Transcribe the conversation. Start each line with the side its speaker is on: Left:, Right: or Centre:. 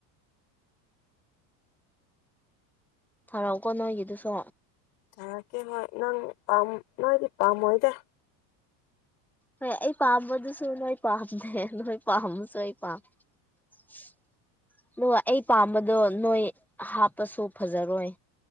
Centre: ꯊꯔꯥꯎꯀꯣ ꯅꯣꯏꯒꯤꯗꯨꯁꯨ
Left: ꯊꯥꯔꯛꯀꯦ ꯍꯣꯏ ꯅꯪ ꯄꯥꯝ ꯅꯣꯏꯗꯤ ꯄꯥꯝꯃꯣꯏꯗꯦ
Centre: ꯍꯣꯏ ꯑꯩ ꯄꯥꯝꯝꯕꯗꯨꯁꯨ ꯅꯣꯏ ꯄꯥꯝꯗꯦ ꯅꯣꯏ ꯄꯥꯝꯁꯨ ꯑꯩ ꯄꯥꯝ <unintelligible> ꯑꯩ ꯄꯥꯝꯕꯗꯣ ꯅꯣꯏ ꯍꯥꯞꯄꯁꯨ ꯐꯖꯔꯣꯏ